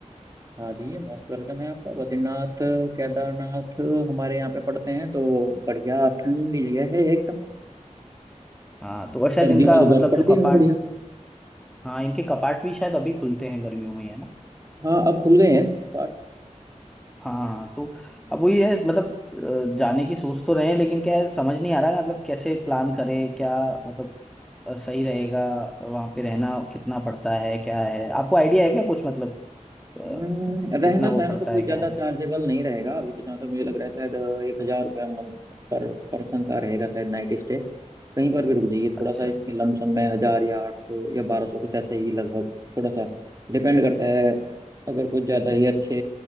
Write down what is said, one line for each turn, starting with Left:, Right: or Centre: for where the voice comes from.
Right: हाँ जी ये मोस्ट वेलकम है आपका बद्रीनाथ केदारनाथ हमारे यहाँ पे पड़ते हैं तो बढ़िया ठंडी जगह है एकदम
Centre: हाँ तो और शायद
Right: सर्दियों
Centre: इनका
Right: में तो
Centre: मतलब
Right: बर्फ पड़ती
Centre: जो कपाट
Right: है वहाँ बढ़िया
Centre: हाँ इनके कपाट भी शायद अभी खुलते हैं गर्मियों में ही है ना
Right: हाँ अब खुल गए हैं पर
Centre: हाँ हाँ तो अब वही है मतलब अ, जाने की सोच तो रहे हैं लेकिन क्या है समझ नहीं आ रहा है, मतलब कैसे प्लान करें क्या मतलब अ, सही रहेगा वहाँ पे रहना कितना पड़ता है क्या है आपको आइडिया है क्या कुछ मतलब अ,
Right: हम्म, रहना
Centre: कितना
Right: सहना
Centre: वो पड़ता
Right: तो कोई
Centre: है
Right: ज्यादा
Centre: क्या है
Right: चार्जेबल नहीं रहेगा अभी तो जहाँ तक मुझे लग रहा है शायद एक हजार रुपया मंथ पर पर्सन का रहेगा शायद नाइट स्टे कहीं पर भी रुक जाइए
Centre: अच्छा
Right: थोड़ा सा इसके लमसम में हजार या आठ सौ या बारह सौ कुछ ऐसा ही लगभग थोड़ा सा डिपेंड करता है अगर कुछ ज्यादा ही अच्छे